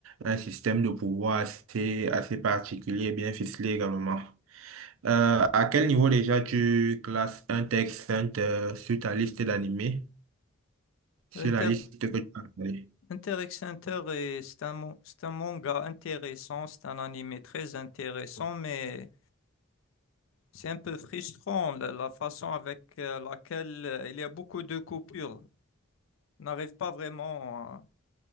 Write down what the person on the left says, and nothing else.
inter,
X Center est, c'est un, mon- c'est un manga intéressant, c'est un anime très intéressant, mais c'est un peu frustrant la, la façon avec euh, laquelle euh, il y a beaucoup de coupures. On n'arrive pas vraiment